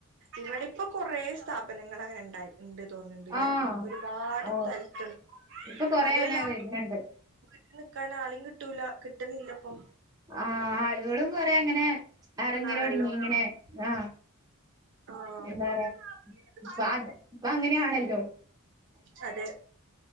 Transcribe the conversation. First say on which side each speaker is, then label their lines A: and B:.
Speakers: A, on the right; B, on the right.
A: ഇവിടെപ്പൊ കൊറ സ്ഥപ നങ്ങ <unintelligible> അങ്ങനെ ഉണ്ടായി ഉണ്ട് തോന്നുന്നുണ്ട്ല്ലേ
B: ആഹ്
A: ഒരുപാട്
B: ഓ
A: സ്ഥലത്തുണ്ട്
B: ഇപ്പൊ കൊറേ
A: അതുമല്ല
B: അങ്ങനെ വരുന്നുണ്ട്
A: വീട്ടിനിക്കാനോ അല്ലെങ്കിൽ കിട്ടൂല്ല കിട്ടുന്നില്ലപ്പൊ
B: ആ ആളുകളും കൊറ അങ്ങനെ അറങ്ങല
A: ആണല്ലോ
B: ഒടുങ്ങി ഇങ്ങനെ ആ
A: ആഹ്
B: എന്താ പറയാ ഇപ്പൊ അത് ഇപ്പൊ അങ്ങനെയാണല്ലോ
A: അതെ